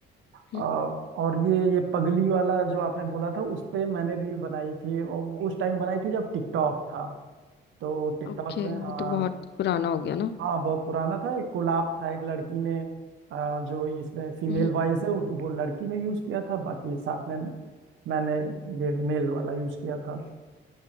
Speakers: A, on the left (about 60°); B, on the right (about 75°).
A: हम्म
B: अ, और ये ये पगली वाला जो आपने बोला था उस पे मैंने रील बनाई थी वो उस टाइम बनाई थी जब टिकटॉक था तो टिकटॉक
A: ओके
B: में हाँ
A: वो तो बहुत पुराना हो गया ना
B: हाँ बहुत पुराना था एक कोलैब था एक लड़की ने अ, जो इसमें फीमेल
A: हम्म,
B: वॉइस है उस- वो लड़की ने यूज किया था बाकी साथ में मैंने ये मेल वाला यूज किया था